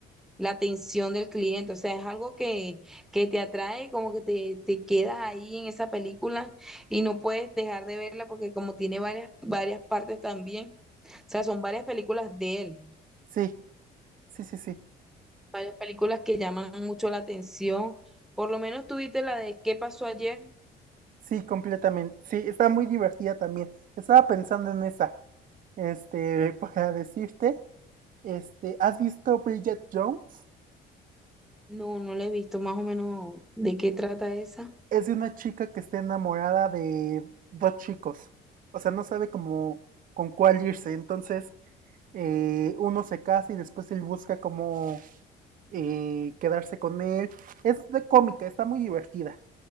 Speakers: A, in the centre; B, on the right (about 55°).
A: la atención del cliente, o sea, es algo que, que te atrae, como que te, te quedas ahí en esa película y no puedes dejar de verla porque como tiene varias, varias partes también, o sea, son varias películas de él,
B: Sí, sí, sí, sí.
A: varias películas que llaman mucho la atención. Por lo menos tuviste la de ¿Qué pasó ayer?
B: Sí, completamente. Sí, está muy divertida también. Estaba pensando en esa. Este, <laughs> para decirte, este, ¿has visto Bridget Jones?
A: No, no la he visto, más o menos de qué trata esa.
B: Es de una chica que está enamorada de dos chicos. O sea, no sabe cómo con cuál irse. Entonces, eh, uno se casa y después él busca cómo eh, quedarse con él. Es de cómica, está muy divertida.